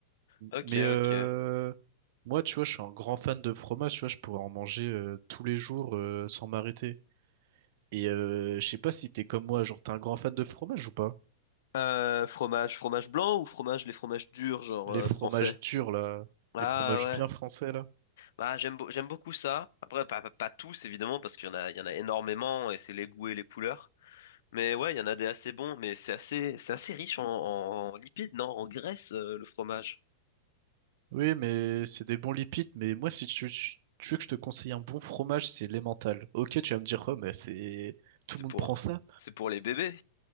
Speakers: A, on the left; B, on the right.
A: Ok,
B: Mais euh,
A: ok.
B: moi, tu vois, je suis un grand fan de fromage, tu vois, je pourrais en manger euh, tous les jours euh, sans m'arrêter. Et euh, je sais pas si t'es comme moi, genre t'es un grand fan de fromage ou pas?
A: Euh, fromage, fromage blanc ou fromage, les fromages durs, genre
B: Les
A: euh,
B: fromages
A: français?
B: durs là,
A: Ah
B: les fromages bien
A: ouais.
B: français là.
A: Bah, j'aime beau- j'aime beaucoup ça. Après, pas, pas, pas tous, évidemment, parce qu'il y en a, il y en a énormément et c'est les goûts et les couleurs. Mais ouais, il y en a des assez bons, mais c'est assez, c'est assez riche en, en- en lipides, non? En graisse, euh, le fromage.
B: Oui, mais c'est des bons lipides, mais moi si tu, tu veux que je te conseille un bon fromage, c'est l'emmental. Ok, tu vas me dire, oh, mais c'est tout
A: C'est
B: le monde
A: pour,
B: prend ça,
A: c'est pour les bébés.